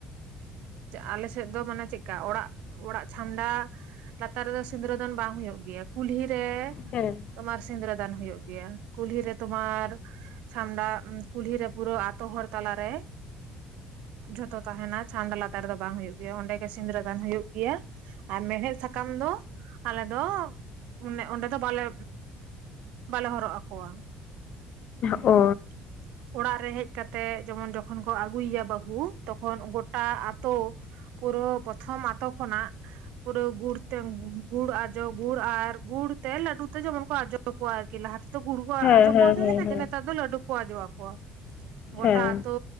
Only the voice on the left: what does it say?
ᱦᱮᱸ ᱾
ᱚ ᱾
ᱦᱮᱸ
ᱦᱮᱸ
ᱦᱮᱸ ᱦᱮᱸ
ᱦᱮᱸ